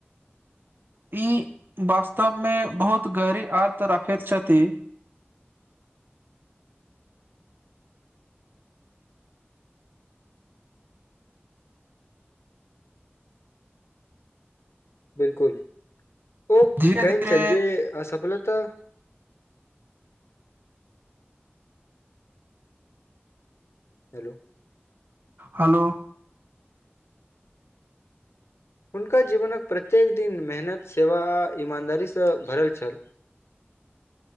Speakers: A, on the right; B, on the left.
A: ई वास्तव मे बहुत गहरी अर्थ राखैत छथि।
B: बिलकुल ओ
A: धीरे
B: कहिन
A: धीरे
B: चलिये असफलता। हेलो।
A: हेलो।
B: हुनका जीवनक प्रत्येक दिन मेहनत सेवा आ ईमानदारीसँ भरल छल।